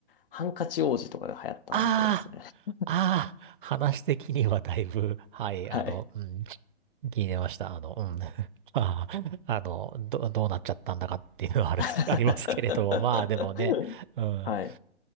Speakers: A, on the left; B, on the right.
A: ハンカチ王子とかが流行ったあの頃ですね。
B: ああ
A: <laughs>
B: ああ、話的にはだいぶ、はい、
A: はい。
B: あの、うん、聞いてました。あの、うん。<laughs> まあ、あの、ど、どうなっちゃったんだかっていうのはあるんです、
A: <laughs>
B: <laughs> ありますけれども、まあでもね、うん。
A: はい。